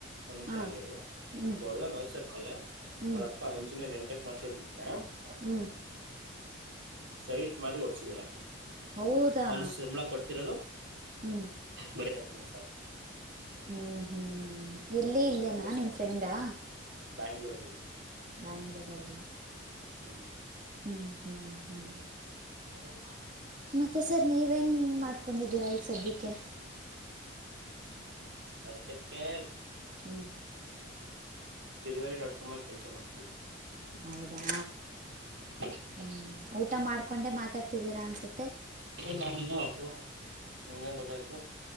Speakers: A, on the right; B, on the right.
A: ಒಂದ್ ನಿಮಿಷ
B: ಹಾ
A: ಆ ಹೇಳಿ
B: ಹ್ಮ್
A: ಒಬ್ಬ ಹುಡ್ಗಾರ್ ನೋದಸಕ್ಕೆ
B: ಹ್ಮ್
A: ಅವ್ರಪ್ಪ ಇಂಜಿನಿಯರ್ ಎಂಟೆಕ್ ಮಾಡ್ಸದಿಕ್ಕೆೆ
B: ಹ್ಮ್
A: ಸೈಟ್ ಮಾರಿ ಓದಸಿದಾರ
B: ಹೌದಾ
A: ಅವನ ಶಬಳ ಕೊಡ್ತಿರೋದು
B: ಹ್ಮ್
A: ಬರ ಆ ನೀ ಸರ್
B: ಹ್ಮ್ ಹ್ಮ್ ಎಲ್ಲಿ
A: ಹದ್ನೈದು
B: ಇಲ್ಲೇನಾ
A: ಸಾವಿರ ಕೆಲಸ
B: ನಿಮ್
A: ಪಡ್ತಿ
B: ಫ್ರೆಂಡಾ
A: ಬ್ಯಾಂಗ್ಳೂರು ಅಲ್ಲಿ
B: ಬ್ಯಾಂಗ್ಳೂರಲ್ಲಿ
A: ಹ್ಮ
B: ಹ್ಮ್ ಹ್ಮ್ ಹ್ಮ್
A: <unintelligible>
B: ಮತ್ತೆ ಸರ್ ನೀವೇನ್ ಮಾಡ್ಕೊಂಡಿದ್ದೀರಾ ಈಗ ಸದ್ಯಕ್ಕೆ
A: ಸದ್ಯಕ್ಕೆ
B: ಹ್ಮ
A: ಡೆಲಿವರಿ ಡಾಟ್ ಕಾಮ್ ಆ ಕೆಲಸ ಮಾಡ್ತೀರಾ
B: ಹೌದಾ
A: ಹ್ಮ್
B: ಹ್ಮ್ ಊಟ ಮಾಡ್ಕೊಂಡೆ ಮಾತಾಡ್ತಿದ್ದೀರಾ ಅನ್ಸುತ್ತೆ
A: <unintelligible> ನಿಂಗಂಗ ಗೊತ್ತಾಯ್ತು